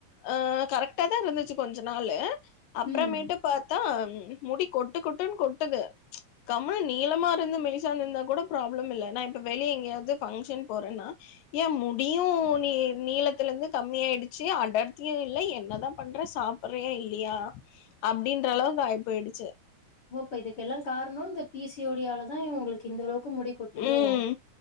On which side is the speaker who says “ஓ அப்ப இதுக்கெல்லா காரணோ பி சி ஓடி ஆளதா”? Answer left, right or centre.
Left